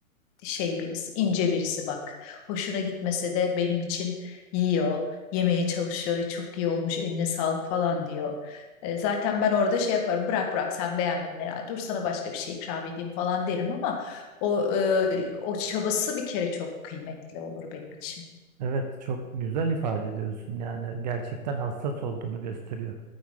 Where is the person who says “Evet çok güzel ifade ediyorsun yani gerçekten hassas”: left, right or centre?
Right